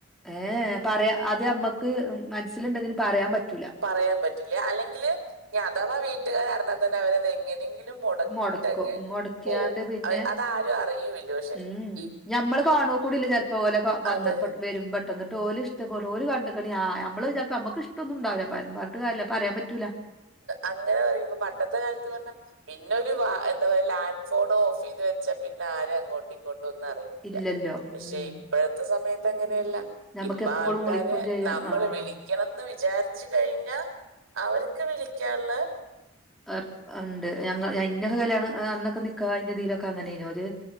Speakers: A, in the centre; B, on the right.
A: ഏഹ് പറയാ അത് ഞമ്മക്ക് മനസ്സിലുണ്ടെങ്കിലും പറയാൻ പറ്റൂല
B: പറയാൻ പറ്റില്ല അല്ലെങ്കില് ഇനി അഥവാ വീട്ടുകാരറിഞ്ഞാ തന്നെ അവരത് എങ്ങനെങ്കിലും മൊടക്കിട്ടങ്ങ്
A: മൊടക്കും മൊടക്കിയാണ്ട്
B: പോകും,
A: പിന്നെ
B: അതാരും അറിയുല്ല പക്ഷെ
A: ഉം
B: ഈ
A: ഞമ്മള് കാണുക കൂടില്ല ചെിലപ്പോ ഓലെ വന്നപ്പ
B: അതെ
A: വരുമ്പ ട്ടന്നിട്ട് ഓല് ഇഷ്ടപെടുവോ ഓല് കണ്ടിക്കണി ആ നമ്മള് ചിലപ്പോ നമ്ക്ക് ഇഷ്ടൊന്നും ഉണ്ടാവില്ല പറഞ്ഞി പറഞ്ഞിട്ട് കാര്യല്ല പറയാൻ പറ്റൂല
B: അങ്ങനെ പറയുമ്പോ പണ്ടത്തെ കാലത്ത് പറഞ്ഞാ പിന്നെ ഒരു വ എന്താ പറയാ ലാൻഡ് ഫോൺ ഓഫ് ചെയ്ത് വച്ചാ പിന്നെ ആരും അങ്ങോട്ടും ഇങ്ങോട്ടും ഒന്നും അറി ല്ല,
A: ഇല്ലല്ലോ ഉം
B: പക്ഷെ ഇപ്പോഴത്തെ സമയത്ത് അങ്ങനെയല്ല
A: ഞമ്മക്ക്
B: ഇപ്പ
A: എപ്പളും
B: ആൾക്കാര്
A: വിളിക്കും ചെയ്യാ
B: നമ്മള്
A: ആ
B: വിളി ക്കണന്ന് വിചാരിച്ചു കഴിഞ്ഞാ അവര്ക്ക് വിളിക്കാനുള്ള
A: അർ ഉണ്ട് ഞങ്ങള് ഇന്നൊക്കെ കല്യാണം അന്നൊക്കെ നിക്കാഹ് കഴിഞ്ഞതിലൊക്കെ അങ്ങനെന് ഓര്